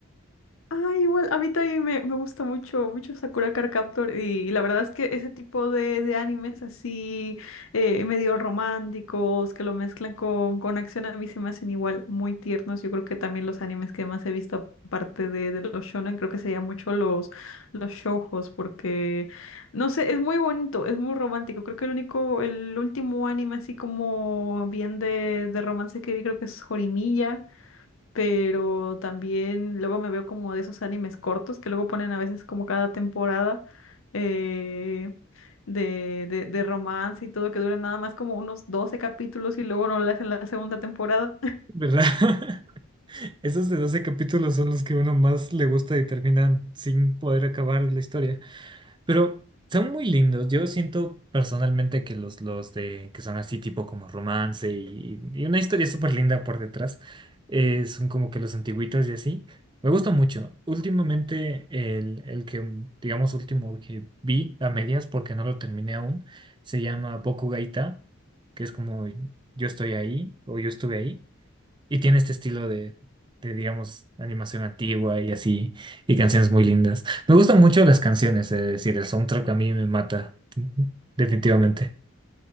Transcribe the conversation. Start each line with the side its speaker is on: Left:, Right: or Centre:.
Left: Ah, igual, a mí también me, me gusta mucho, mucho Sakura Card Captor y, la verdad es que ese tipo de, de animes así, eh, medio románticos, que lo mezclan con, con acción, a mí se me hacen igual muy tiernos. Yo creo que también los animes que más he visto, aparte de, de los shonen, creo que serían mucho los, los shoujos, porque, no sé, es muy bonito, es muy romántico. Creo que el único, el último anime así como bien de, de romance que vi creo que es Horimiya pero también luego me veo como de esos animes cortos que luego ponen a veces como cada temporada eh, de, de, de romance y todo, que duran nada más como unos 12 capítulos y luego no lo hacen la segunda temporada.
Right: ¿verdad? <laughs> Esos de 12 capítulos son los que uno más le gusta y terminan sin poder acabar la historia. Pero son muy lindos. Yo siento personalmente que los, los de que son así tipo como romance y, y una historia súper linda por detrás eh, son como que los antiguitos y así. Me gusta mucho. Últimamente el, el que, digamos, último que vi a medias porque no lo terminé aún, se llama Gaita que es como Yo estoy ahí o Yo estuve ahí. Y tiene este estilo de, de, digamos, animación antigua y así, y canciones muy lindas. Me gustan mucho las canciones, es decir, el soundtrack a mí me mata, definitivamente.